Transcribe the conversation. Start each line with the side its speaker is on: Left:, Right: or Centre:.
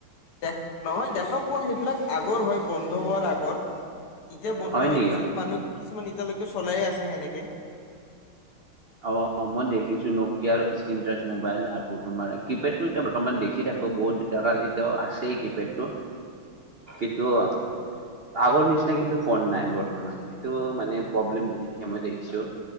Left: দে নহয় দেখা পোৱা সেইবিলাক আ । আগৰ হৈ বন্ধ হোৱাৰ আগৰ। এতিয়া বন্ধ
Right: হয়
Left: হৈ
Right: নেকি
Left: গৈছে মানুহ । কিছুমান এতিয়ালৈকে চলাইে আছে সেনেকে ।
Right: অ মই দেখিছো নকিয়াৰ স্ক্ৰীন টাৰ্চ মোবাইল আৰু তোমাৰ কিপেড । এতিয়া বৰ্তমান দেখি থাকো বহুত এতিয়াও আছেই কিপেডতটো কিন্তু । আগৰ নিচিনা কিন্তু ফোন নাই বৰ্তমান । সেইটো মানে প্ৰব্লেম দি থাকে । মই দেখিছোঁ